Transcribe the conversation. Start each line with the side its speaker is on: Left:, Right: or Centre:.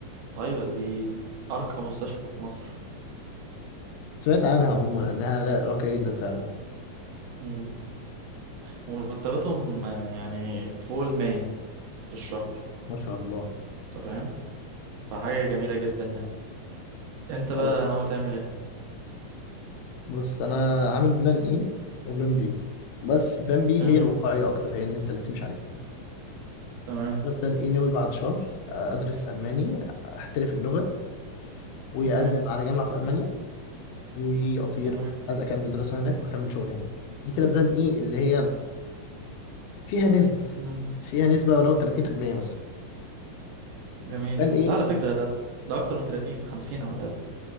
Right: ايوه دي ارقى مستشفى في مصر
Left: سمعت عنها عموما إنها را- راقية جدا فعلا
Right: مم. ومرتباتهم آه، يعني فوق المية في الشهر
Left: ما شاء الله
Right: انت فاهم فحاجة جميلة جدا يعني انت بقى
Left: طب
Right: ناوي تعمل ايه
Left: بص أنا عامل بلان إيه وبلان بي بس بلان بي
Right: تمام
Left: هي الواقعية أكتر هي إن أنت اللي تمشي عليها
Right: تمام
Left: أنا بلان إيه ناوي بعد شهر آه، أدرس ألماني أحترف اللغة وأقدم
Right: تمام
Left: على جامعة في ألمانيا وأطير
Right: تمام
Left: عايز أكمل دراسة هناك وأكمل شغل هناك دي كده بلان إيه اللي هي فيها نسبة
Right: مم.
Left: فيها نسبة ولو 30% مثلا
Right: جميل
Left: بلان إيه
Right: لا على فكرة ده ده أكتر من 30 50 على الأقل